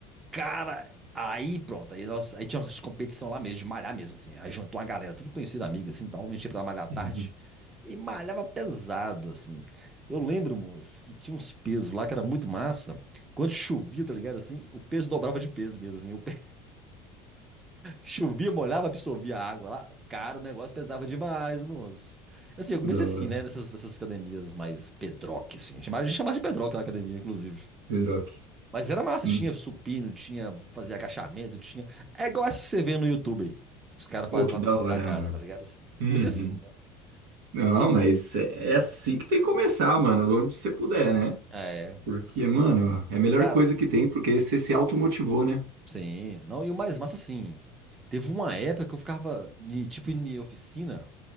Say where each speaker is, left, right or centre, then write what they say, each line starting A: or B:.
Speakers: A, on the right; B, on the right.
A: Cara, aí pronto. Aí, nós, aí tinha umas competição lá mesmo, de malhar mesmo, assim. Aí juntou uma galera, tudo conhecido, amiga, assim, tal. A pra malhar à tarde
B: Uhum.
A: e malhava pesado, assim. Eu lembro, moço, que tinha uns pesos lá que era muito massa. Quando chovia, tá ligado? Assim, o peso dobrava de peso mesmo, assim. Chovia, molhava, absorvia a água lá. Cara, o negócio pesava demais, moço. Assim, eu comecei
B: Que da hora.
A: assim, né? Nessas, nessas academias mais pedroque, assim. Chamava, a gente chamava de pedroque lá a academia, inclusive.
B: Pedroque.
A: Mas era massa,
B: Hum.
A: tinha supino, tinha fazer agachamento, tinha. É igual essa que você vê no YouTube aí. Os caras
B: Pô,
A: fazem
B: que
A: lá
B: da
A: no fundo
B: hora,
A: da casa,
B: mano.
A: tá ligado? Assim, eu
B: Uhum.
A: comecei assim, né?
B: Não,
A: Foi bom.
B: mas é é assim que tem que começar, mano, onde você puder, né?
A: É,
B: Porque, mano, é a melhor
A: cara,
B: coisa que tem, porque você se automotivou, né?
A: sim. Não, e o mais massa, assim, teve uma época que eu ficava, em- tipo, em oficina,